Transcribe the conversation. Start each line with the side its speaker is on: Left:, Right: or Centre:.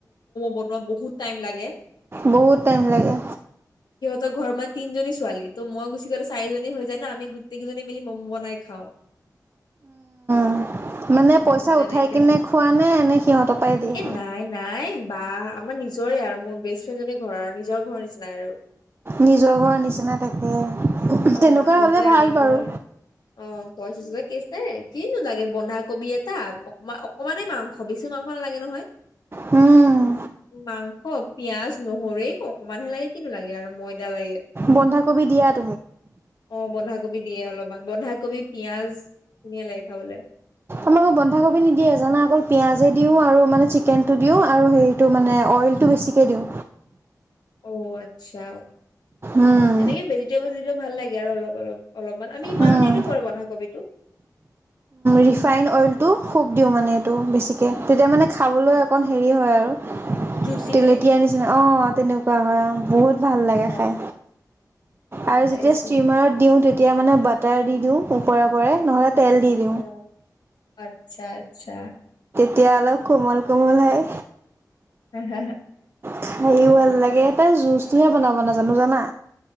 Left: বনুৱা, বহুত টাইম লাগে।
Right: বহুত টাইম লাগে।
Left: তই ঘৰত মনে তিজনী ছোৱালী ত মই গুচি গলে চাৰিজনী হৈ যায় ন আমি গোটেইজনী মিলি <unintelligible> মম বনাই খাওঁ।
Right: উম' মানে
Left: উম
Right: পইচা
Left: তেনেকে
Right: উঠাই কিনে খোৱা নে নে সিহঁতৰ পৰাাই দিযে।
Left: এ নাই নাই বা আমাৰ নিজৰে আৰু মোৰ বেষ্ট ফ্ৰেণ্ডজনী ঘৰৰ আৰু নিজৰ ঘৰ নিচিনাই আৰু।
Right: নিজৰ ঘৰ নিচিনা তাকে
Left: অ
Right: তেনেকুৱা
Left: 'নিজে
Right: হ'লে ভাল
Left: আনিব,
Right: বাৰু।
Left: অ পইচা <unintelligible> কিনো লাগে, বন্ধাকবি এটা অকণমান, অকমানে মাংস বেছি মাংস নালাগে নহয়।
Right: উম।
Left: মাংস, পিয়াজ নহৰু অকমান হে লাগে। কিনো লাগে আৰু ময়দা লাগে।
Right: বন্ধাকবি দিয়াত
Left: অ' বন্ধাকবিত দিয়ে অলপমান বন্ধাকবি পিয়াজ ধুনীয়া লাগে খাবলে
Right: আমাৰ আকৌ বন্ধাকবি নিদিয়ে জানা অকল পিঁয়াজে দিওঁ, আৰু মানে চিকেনটো দিওঁ আৰু হেৰিটো মানে অইল টো বেছিকৈ দিওঁ।
Left: অ' আচ্ছা,
Right: উম,
Left: এনেকে ভেজিটেবল দিলে ভাল লাগে আৰু অলপ অলপ। অলপমান আমি ইমানো
Right: উম।
Left: নিদিও বাৰ বন্ধাকবিতো।
Right: ৰিফাইন অইলটো খোপ দিওঁ মানে এইটো বেছিকে তেতিয়া মানে খাবলৈও
Left: আচ্ছা
Right: অকণ হেৰি হয় আৰু।
Left: জুচি
Right: তেলেতীয়া
Left: টাইপ
Right: নিচিনা, আহ' তেনেকুৱা হয় আহ' বহুত ভাল লাগে
Left: অ
Right: খাই।
Left: গম
Right: আৰু
Left: পাইছো
Right: যেতিয়া ষ্টিমাৰত দিও তেতিয়া মানে বাটাৰ দি দিওঁ ওপৰেওৰে নহলে তেল দি দিওঁ।
Left: অ' আচ্ছা, আচ্ছা।
Right: তেতিয়া অলপ কোমল কোমল হয়।
Left: হে, হে,
Right: খাইও ভাল লাগে তাই জুচটোহে বনাব নাজানো জানা